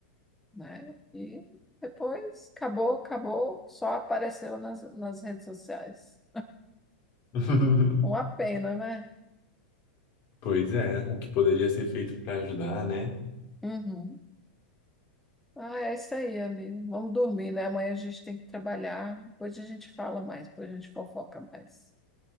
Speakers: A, in the centre; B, on the left.
A: né? E depois acabou, acabou, só apareceu nas, nas redes sociais.
B: <laughs>
A: Uma pena, né?
B: Pois é, o que poderia ser feito pra ajudar, né?
A: Uhum. Ah, é isso aí, amigo. Vamos dormir, né? Amanhã a gente tem que trabalhar. Depois a gente fala mais, depois a gente fofoca mais.